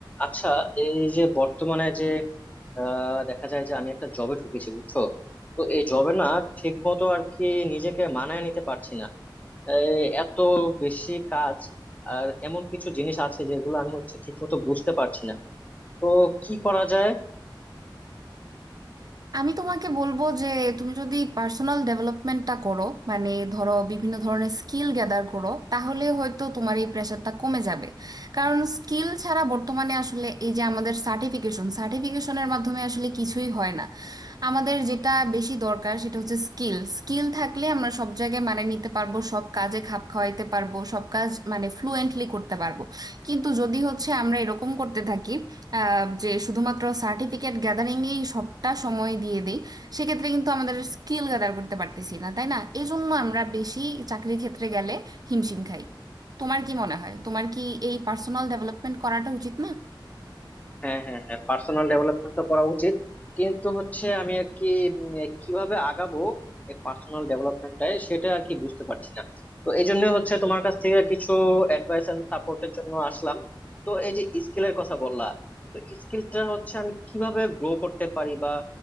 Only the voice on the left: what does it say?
আচ্ছা এই যে বর্তমানে যে আহ, দেখা যায় যে আমি একটা জবে ঢুকেছি বুঝছো তো এই জবে না ঠিক মতো আর কি নিজেকে মানায় নিতে পারছি না এই এত বেশি কাজ আর এমন কিছু জিনিস আছে যেগুলো আমি হচ্ছে ঠিক মতো বুঝতে পারছি না তো কি করা যায়
হ্যাঁ হ্যাঁ হ্যাঁ পার্সোনাল ডেভেলপমেন্ট তো করা উচিত কিন্তু হচ্ছে আমি আর কি উম, কিভাবে আগাবো এই পার্সোনাল ডেভেলপমেন্টটায় সেটা আর কি বুঝতে পারছি না তো এই জন্য হচ্ছে তোমার কাছ থেকে কিছু অ্যাডভাইস এন্ড সাপোর্টের জন্য আসলাম তো এই যে স্কিলের কথা বললা তো স্কিলটা হচ্ছে আমি কিভাবে গ্রো করতে পারি বা